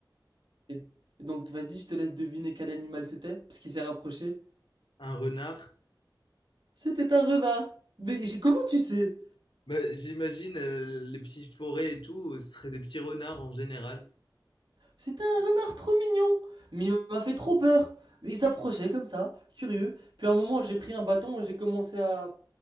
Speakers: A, on the right; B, on the left.
A: Et donc, vas-y, je te laisse deviner quel animal c'était, parce qu'il s'est rapproché.
B: Un renard.
A: C'était un renard. Mais comment tu sais?
B: Bah, j'imagine, euh, les petites forêts et tout, euh, ce seraient des petits renards en général.
A: C'était un renard trop mignon, mais il m'a fait trop peur. Il s'approchait comme ça, curieux. Puis à un moment, j'ai pris un bâton et j'ai commencé à